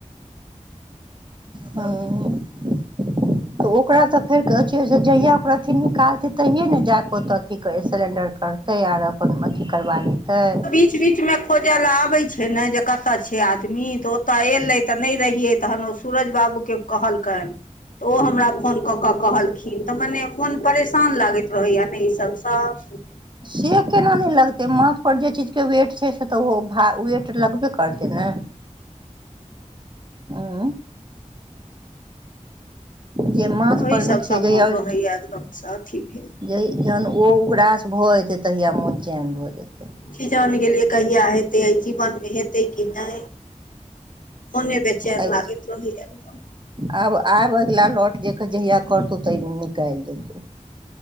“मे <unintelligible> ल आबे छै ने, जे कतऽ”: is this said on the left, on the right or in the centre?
Left